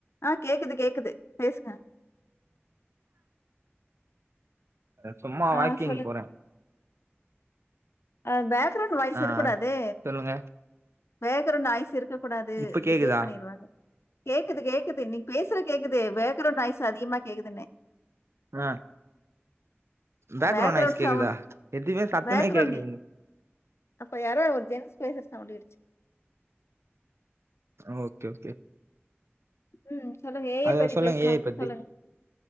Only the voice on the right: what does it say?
அ சும்மா
வாக்கிங
போறே
ஆ
சொல்லுங்க
இப்ப கேக்குதா
ஆஹ் பேக்ரவுண்ட
நாய்ஸ் கேக்குதா
எதுமே சத்தமே
கேக்லியேங்க
ஆஹ் ஓகே ஓகே
அத
சொல்லுங்க
ஏ ஐ பத்தி